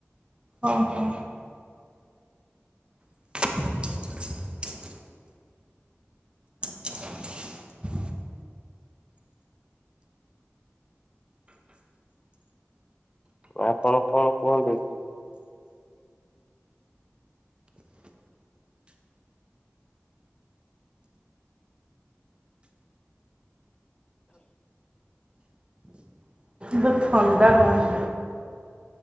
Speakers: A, on the right; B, on the left.
A: ଅ ହୋ। <inaudible> <inaudible>
B: ଆପଣ କଣ କୁହନ୍ତୁ?
A: ଧେ ଥଣ୍ଡା ହଉନି।